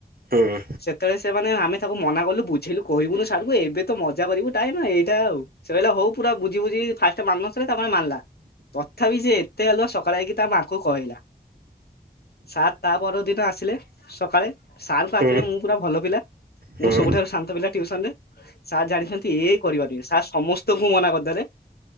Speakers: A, on the right; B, on the left.
A: ହୁଁ।
B: ସେତେବେଳେ ସେମାନେେ ଆମେ ତାକୁ ମନାକଲୁ ବୁଝେଇଲୁ କହିବୁନୁ ସାରକୁୁ ଏବେ ତ ମଜା କରିବୁ ଟାଇମ ଏଇଟା ଆଉ। ସେ କହିଲା ହଉ ପୁରା ବୁଝି ବୁଝି ଫାଷ୍ଟ ମାନୁନଥିଲା ତାପରେ ମାନଲା ତଥାପି ସେ ଏତେ ଗାଲୁଆ ସକାଳେ ଆ- ତା ମାଙ୍କୁ କହିଲା। ସାର୍ ତା ପରଦିନ ଆସିଲେ ସକାଳେ ସାରଙ୍କ ଆଖିରେ
A: ହୁଁ
B: ମୁଁ ପୁରା ଭଲ ପିଲା।
A: ହୁଁ
B: ମୁଁ ସବୁଠାରୁ ଶାନ୍ତ ପିଲା ଟିଉସନରେ ସାର୍ ଜାଣିଛନ୍ତି ଏଇ କରିବନି ସାର୍ ସମସ୍ତଙ୍କୁ ମୁଁ ମନା କରିଦେଲେ